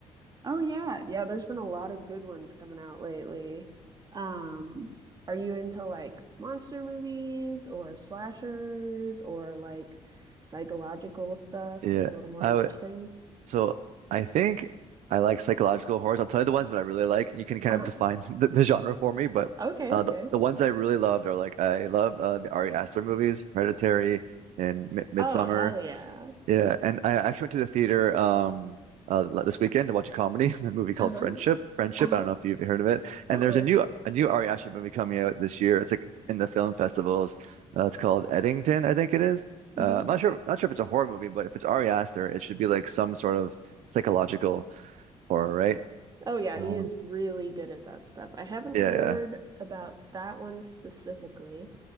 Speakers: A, on the right; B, on the right.
A: Oh yeah, yeah, there's been a lot of good ones coming out lately. Um, are you into like monster movies or slashers or like psychological stuff
B: Yeah,
A: that's a little more
B: I
A: interesting?
B: would, so I think I like psychological horrors. I'll tell you the ones that I really like. You can kind
A: Uh-huh.
B: of define <laughs> the, the genre for me, but
A: Okay,
B: uh,
A: okay.
B: the the ones I really loved are like I love uh, the Ari Aster movies, Hereditary and M Midsommar.
A: Oh, hell yeah.
B: Yeah, and I actually went to the theater um uh l- this weekend to watch a comedy, <laughs> a movie called
A: Uh-huh.
B: Friendship. Friendship,
A: Uh-huh.
B: I don't know if you've heard of it. And
A: Uh-uh.
B: there's a new a new Ari Aster movie coming out this year. It's like in the film festivals. Uh, it's called Eddington, I think it is.
A: hmm
B: Uh, I'm not sure not sure if it's a horror movie, but if it's Ari Aster, it should be like some sort of psychological horror, right?
A: Oh yeah,
B: Um,
A: he is really good at that stuff. I haven't
B: yeah,
A: heard
B: yeah.
A: about that one specifically,